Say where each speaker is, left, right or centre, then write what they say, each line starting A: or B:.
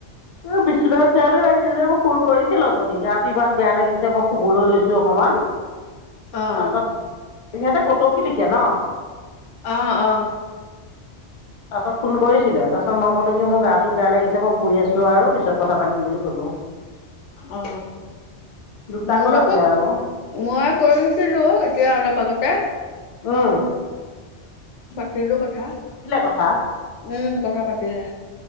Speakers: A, on the left; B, on the left.
A: এই বিশ্বনাথ চাৰিআলি ফোন কৰিছিলো অথনি কিমান বেয়া লাগিছে মই শুবলৈ লৈছোঁ অকণমান
B: অহ।
A: তাৰপাছত সিহঁতে কতকি লিখে ন
B: অ অ
A: তাৰপাছত ফোন কৰিছিলে। তাৰপাছত মই ক'লোঁ কি মোৰ গাটো বেয়া লাগিছে, মই শুই আছো আৰু। পিছত কথা পাতিম বুলি কলো।
B: অ
A: দুটা
B: মোৰ
A: কল
B: লগকো
A: আছে
B: মই
A: আৰু
B: কৰিছিলো এতিয়া অলপ আগতে
A: অঁ
B: পাতিলো কথা।
A: কথা
B: উম। কথা পাতিলে।